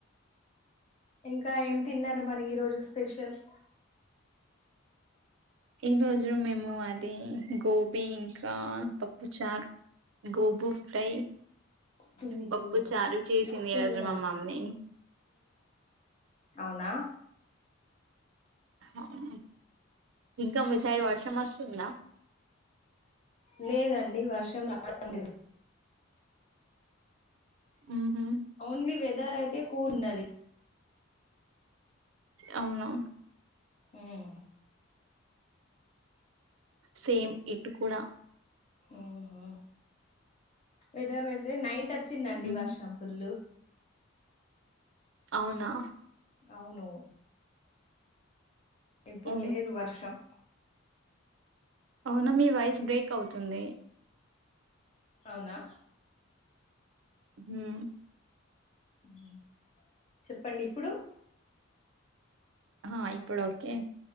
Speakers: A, on the left (about 30°); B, on the right (about 65°).
A: ఇంకా ఏం తిన్నారు మరి ఈ రోజు స్పెషల్
B: ఈ రోజు మేము అది గోబీ ఇంకా పప్పు చార్ గోబు ఫ్రై
A: టీవీ
B: పప్పుచారు
A: టీవీ దాలో
B: చేసింది
A: టీవీ
B: ఈ రోజు
A: దాలో
B: మా మమ్మీ
A: అవునా
B: అవును ఇంక మీ సైడ్ వర్షం వస్తుందా
A: లేదండి వర్షం రావడం లేదు
B: ఉంహుం
A: ఓన్లీ వెదర్ అయితే కూల్ ఉన్నది
B: అవునా
A: ఊమ్
B: సేమ్ ఇటు కూడా
A: ఆహా వెదర్ ఐతే నైట్ అచ్చిందండి
B: ఉమ్,
A: వర్షం ఫుల్లు
B: అవునా
A: అవును ఇప్పుడు
B: ఓ,
A: లేదు వర్షం
B: అవునా మీ వాయిస్ బ్రేక్ అవుతుంది
A: అవునా
B: హు
A: ఉ చెప్పండి ఇప్పుడు
B: హ ఇప్పుడు ఓకే